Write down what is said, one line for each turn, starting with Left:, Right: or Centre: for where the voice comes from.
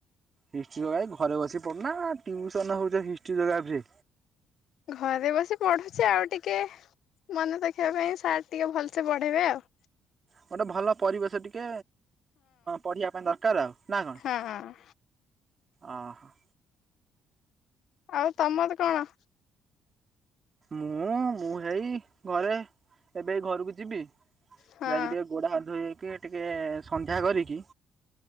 Right: ହିଷ୍ଟ୍ରି ଯୋଗାଇ ଘରେ ବସି ପଢୁନା ଟ୍ୟୁସନ ହେଉଛ ହିଷ୍ଟ୍ରି ଯୋଗାଫି।
Left: ଘରେ ବସି ପଢୁଛି ଆଉ ଟିକେ ମନେ ରଖିବା ପାଇଁ ସାର୍ଟ ଟିକେ ଭଲସେ ବଢ଼େଇବେ ଆଉ।
Right: ଗୋଟେ ଭଲ ପରିବେଶ ଟିକେ ପଢିବା ପାଇଁ ଦରକାର ଆଉ। ନା କଣ?
Left: ହଁ ହଁ
Right: ଅଁ ହଁ।
Left: ଆଉ ତମର କଣ?
Right: ମୁଁ ମୁଁ ହେଇ ଘରେ ଏବେ ଘରକୁ ଯିବି।
Left: ହଁ
Right: ଯାଇକି ଟିକେ ଗୋଡା ହାତ ଧୋଇହେଇକି ଟିକେ ସନ୍ଧ୍ୟା କରିକି